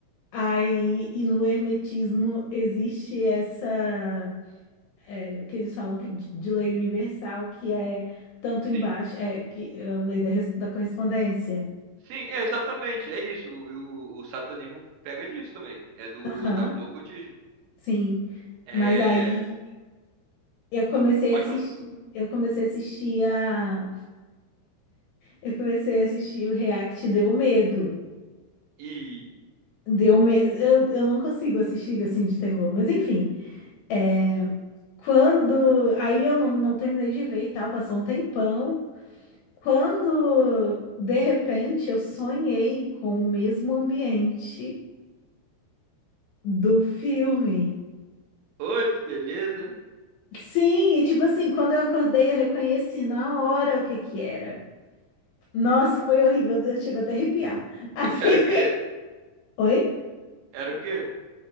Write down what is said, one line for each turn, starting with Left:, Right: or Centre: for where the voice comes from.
Left: Aí, e no Hermetismo existe essa. é, que eles falam que, de de lei universal, que é tanto embaixo.
Right: sim.
Left: É que, a lei da, res- da correspondência.
Right: Sim, é exatamente. É isso. O, o, o satanismo pega disso também. É do,
Left: Aham,
Right: da- do ocultismo.
Left: sim.
Right: É.
Left: Mas aí eu comecei
Right: ah, Pode
Left: a assistir.
Right: falar.
Left: Eu comecei a assistir a. Eu comecei a assistir o React Deu Medo.
Right: E.
Left: Deu me... eu, eu não consigo assistir assim de terror, mas enfim. É... Quando. Aí eu não, não terminei de ver e tal, passou um tempão. Quando, de repente, eu sonhei com o mesmo ambiente do filme.
Right: Ô, que beleza, hein?
Left: Sim, e tipo assim, quando eu acordei, eu reconheci na hora o que que era. Nossa, foi horrível, eu chego até a arrepiar.
Right: <laughs>
Left: <laughs> Assim,
Right: E era o quê?
Left: oi?
Right: Era o quê?